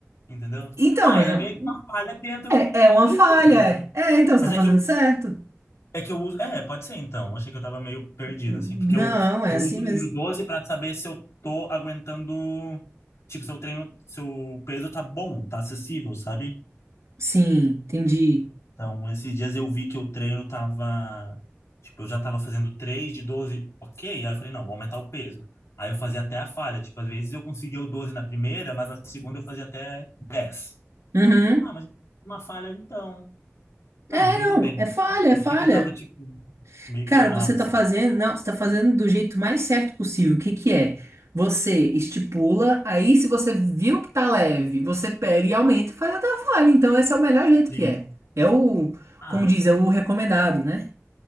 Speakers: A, on the left; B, on the right.
A: entendeu?
B: Então,
A: Ah,
B: mas
A: ele
B: não-
A: é meio que uma falha dentro
B: é,
A: do,
B: é uma
A: do
B: falha.
A: número.
B: É,
A: né?
B: É, então você
A: Mas
B: tá
A: é
B: fazendo
A: que eu,
B: certo.
A: É que eu uso. É, pode ser então. Achei que eu tava meio perdido,
B: Não,
A: assim. Porque eu,
B: é
A: eu
B: assim
A: uso
B: mesmo.
A: o número 12 pra saber se eu tô aguentando. Tipo, se eu treino, se o peso tá bom, tá acessível, sabe?
B: Sim, entendi.
A: Então, esses dias eu vi que o treino tava. Tipo, eu já tava fazendo 3 de 12, ok. Aí eu falei, não, vou aumentar o peso. Aí eu fazia até a falha. Tipo, às vezes eu conseguia o 12 na primeira, mas na segunda eu fazia até 10.
B: Uhum.
A: Ah, mas uma falha então. Não,
B: É,
A: não tô
B: não,
A: indo bem.
B: é falha,
A: Não.
B: é falha.
A: Achei que eu tava, tipo, meio
B: Cara,
A: que errado,
B: você
A: assim.
B: tá fazendo, não, você tá fazendo do jeito mais certo possível. O que que é? Você estipula, aí se você viu que tá leve, você pega e aumenta e faz até a falha. Então esse é o melhor jeito
A: Sim.
B: que é. É o,
A: Ah,
B: como diz, é o recomendado, né?